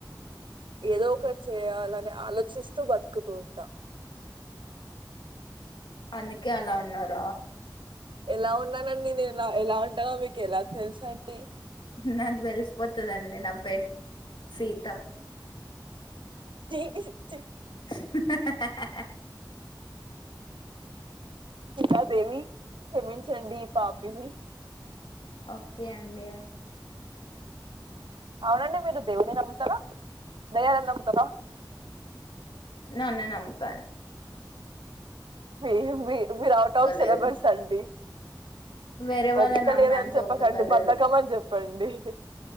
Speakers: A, on the right (about 85°); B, on the left (about 80°).
A: ఏదో ఒకటి చేయాలని ఆలోచిస్తూ బతుకుతూ ఉంటా
B: అందుకే అలా ఉన్నార
A: ఎలా ఉన్నానండి నేను ఎలా ఎలా ఉంటానో మీకు ఎలా తెలుసా అండి
B: నాకు తెలిసిపోతడి తున్నదండీ నా పెర్ సీత
A: జ
B: <inaudible>
A: ఇ కాదేవి క్షమించండి పాపిడి
B: ఓకే అండి
A: అవునండి మీరు దేవుని నమ్ముతారా దయాన్ని నమ్ముతారా
B: నాన్న నమ్త
A: మీ మీ మీరు అవుట్ ఆఫ్
B: లేదు
A: సిలబస్ అండి
B: వేరే వాళ్ళని
A: ఒపికలేదని
B: నమ్మేంత
A: చెప్పకండి
B: ఓపిక లేదు
A: బధకం అని చెప్పండి అడి